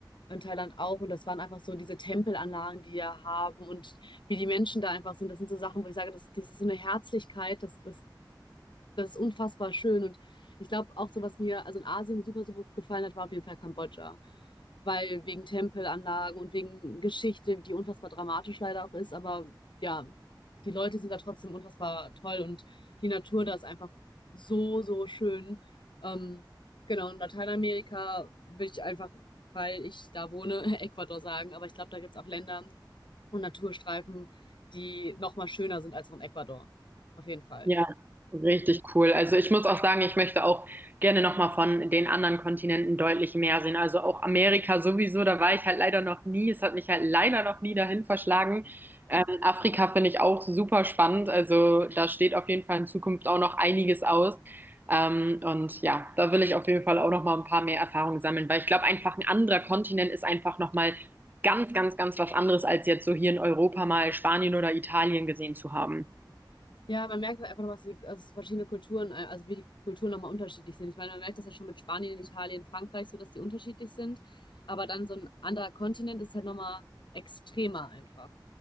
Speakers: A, on the left; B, on the right.
A: in Thailand auch, und das waren einfach so diese Tempelanlagen, die wir haben und wie die Menschen da einfach sind. Das sind so Sachen, wo ich sage, das, das ist so eine Herzlichkeit, das, das das ist unfassbar schön. Und ich glaube auch so, was mir also in Asien super, super gut gefallen hat, war auf jeden Fall Kambodscha. Weil wegen Tempelanlagen und wegen Geschichte, die unfassbar dramatisch leider auch ist, aber ja, die Leute sind da trotzdem unfassbar toll und die Natur da ist einfach so, so schön. Ähm, genau, in Lateinamerika will ich einfach, weil ich da wohne, <laughs> Ecuador sagen, aber ich glaube, da gibt es auch Länder und Naturstreifen, die noch mal schöner sind als auch in Ecuador. Auf jeden Fall.
B: Ja, richtig cool. Also ich muss auch sagen, ich möchte auch gerne nochmal von den anderen Kontinenten deutlich mehr sehen. Also auch Amerika sowieso, da war ich halt leider noch nie. Es hat mich halt leider noch nie dahin verschlagen. Ähm, Afrika finde ich auch super spannend. Also da steht auf jeden Fall in Zukunft auch noch einiges aus. Ähm, und ja, da will ich auf jeden Fall auch nochmal ein paar mehr Erfahrungen sammeln, weil ich glaube, einfach ein anderer Kontinent ist einfach nochmal ganz, ganz, ganz was anderes, als jetzt so hier in Europa mal Spanien oder Italien gesehen zu haben.
A: Ja, man merkt halt einfach, was die, also verschiedene Kulturen, äh, also wie die Kulturen nochmal unterschiedlich sind. Ich meine, man merkt das ja schon mit Spanien, Italien, Frankreich, so dass die unterschiedlich sind. Aber dann so ein anderer Kontinent ist halt nochmal extremer einfach.